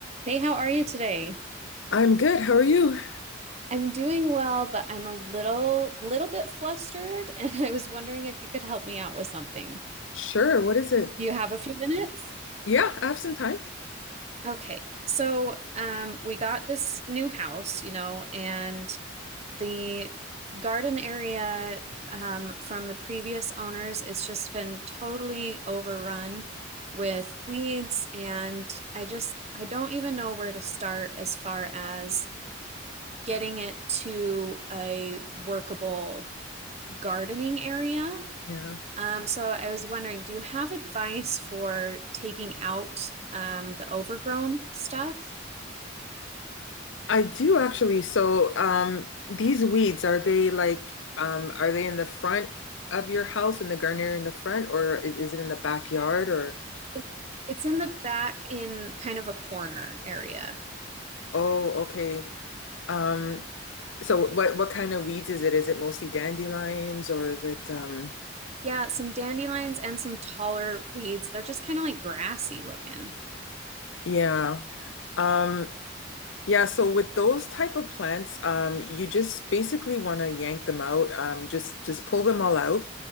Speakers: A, on the right; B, on the left.
A: Hey, how are you today?
B: I'm good. How are you?
A: I'm doing well, but I'm a little little bit flustered, <laughs> and I was wondering if you could help me out with something.
B: Sure. What is it?
A: Do you have a few minutes?
B: Yeah, I have some time.
A: Okay. So, um, we got this new house, you know, and the garden area um, from the previous owners, it's just been totally overrun with weeds, and I just I don't even know where to start as far as getting it to a workable gardening area.
B: Yeah.
A: Um, so I was wondering, do you have advice for taking out um, the overgrown stuff?
B: I do actually. So, um, these weeds, are they like, um, are they in the front of your house in the gardener in the front, or i- is it in the backyard or
A: It, it's in the back in kind of a corner area.
B: oh, okay. Um, so what what kind of weeds is it? Is it mostly dandelions or is it um
A: Yeah, some dandelions and some taller weeds. They're just kind of like grassy looking.
B: yeah. Um, Yeah, so with those type of plants, um, you just basically want to yank them out. Um, just just pull them all out.